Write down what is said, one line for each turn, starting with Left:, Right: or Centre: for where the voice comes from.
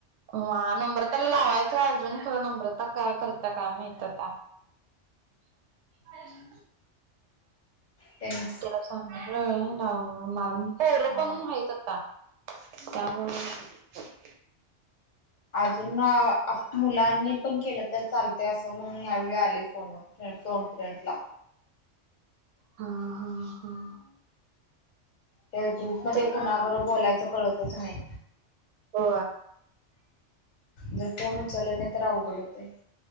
Right: हं नंबर त्यांला लावांयचायं अजूंन खरं नंबरतां कायं करतं कायं माहितं त्यां हं
Left: त्यांनी
Right: तिलां सांगितलंय रांऊ मलां पोरं
Left: हा
Right: पणं हेंच आतां मं त्यांमुळें
Left: अजूंन अ मुलांनी पणं केलं तरं चालते असं मंग यां वेळी आले फोन फोन फ्रेंट लां
Right: हां हां हां हां
Left: त्यां ग्रुपं मंध्ये
Right: ते
Left: कुणांबर बोलायचं कळतंच नाहीं
Right: हो
Left: जरं फोन उचले नाहीं तरं जरां अवघडचं होतं